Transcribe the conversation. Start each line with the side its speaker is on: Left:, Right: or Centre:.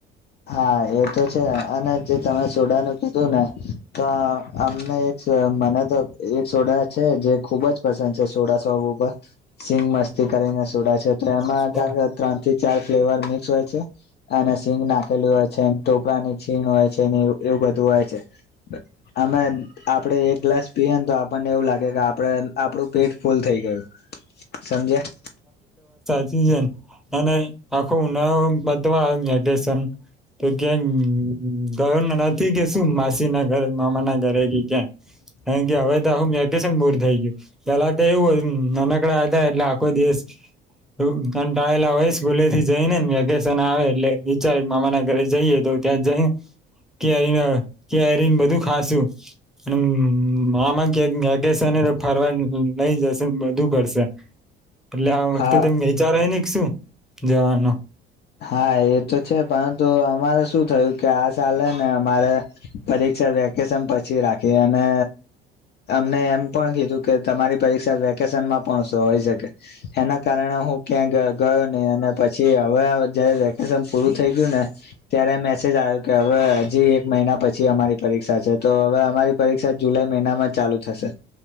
Left: હા, એ તો છે અને જે તમે સોડાનું કીધું ને તો અમને એક સો મને તો એક સોડા છે જે ખુબ જ પસંદ છે, સોડા શોપ ઉપર સિંગ મસ્તી કરીને સોડા છે. તેમાં
Centre: શું
Left: કાંગ ત્રણથી ચાર ફ્લેવર મિક્સ હોય છે. અને સિંગના ખેલું હોય છેન. ટોકા ની છીણ હોય છે ને એવું એવું બધું હોય છે. અમેન આપડે એક ગ્લાસ પીએ ને તો આપ પણ એવું લાગે કે આપડે આપડુ પેટ ફૂલ થઈ ગયું સમજ્યા?
Centre: સિજન અને આખો ઉનાળો પતવા વેકેશન તો ક્યા ગ ગયો નથી કે શું માસ તી ના ઘરે મામા ના ઘરે કે ક્યાં? કારણ કે હવે તો આહું મેટેશન મુર થઈ ગયું પેલા તો એવું હોય નાનકડા એટલે આ કોઈ દિવસ અહ કંટાળેલા હોય સ્કૂલે થી જઈને ને વેકેશન આવે એટલે વિચારે મામા ના ઘરે જઈએ તો ત્યાં જઈ કેરીને કેરીને કેરીને બધું ખાસું અને મમ્મ મામા ઘેર વેકેશન એટલે ફરવા લઈ જશે બધું કડશે. એટલે આ વખતે
Left: હા
Centre: તે મેચારે રેને કે શું જવાનો.
Left: હા, એ તો છે પરંતુ અમારે શું થયું કે આ સાલે ને અમારે પરીક્ષા વેકેશન પછી રાખી અને અમને એમ પણ કીધું કે તમારી પરીક્ષા વેકેશનમાં પણ સો હોય શકે એના કારણે હું ક્યાં ગ-ગયો નહી અને પછી હવે જયારે વેકેશન પૂરું થઈ ગયું ને ત્યારે મેસેજ આવ્યો કે હવે હજી એક મહિના પછી અમારી પરીક્ષા છે. તો હવે અમારી પરીક્ષા જુલાઈ મહિનામાં ચાલુ થશે.